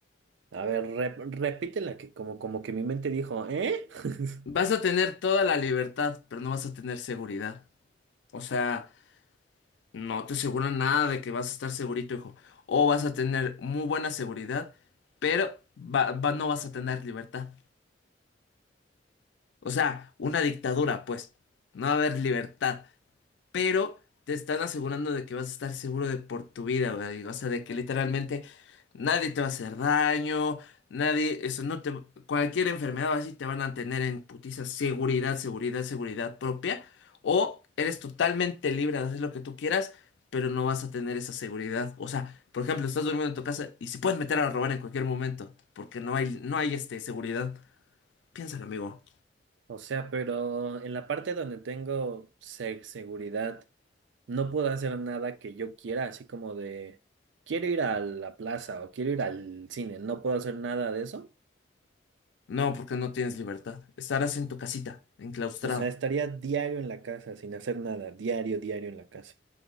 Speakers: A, on the right; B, on the left.
A: a ver, rep- repítela, que como, como que mi mente dijo, ¿eh? <laughs>
B: Vas a tener toda la libertad, pero no vas a tener seguridad. O sea, No te aseguran nada de que vas a estar segurito, hijo. O vas a tener muy buena seguridad, pero va- va- no vas a tener libertad. O sea, una dictadura, pues. No va a haber libertad pero te están asegurando de que vas a estar seguro de por tu vida, güey. O sea, de que literalmente nadie te va a hacer daño, nadie, eso no te, cualquier enfermedad o así te van a tener en putiza seguridad, seguridad, seguridad propia, o eres totalmente libre de hacer lo que tú quieras, pero no vas a tener esa seguridad. O sea, por ejemplo, estás durmiendo en tu casa y se pueden meter a robar en cualquier momento, porque no hay, no hay este, seguridad. Piénsalo, amigo.
A: O sea, pero en la parte donde tengo se- seguridad. no puedo hacer nada que yo quiera, así como de, quiero ir a la plaza o quiero ir al cine, no puedo hacer nada de eso.
B: No, porque no tienes libertad. Estarás en tu casita, enclaustrado.
A: O sea, estaría diario en la casa sin hacer nada, diario, diario en la casa.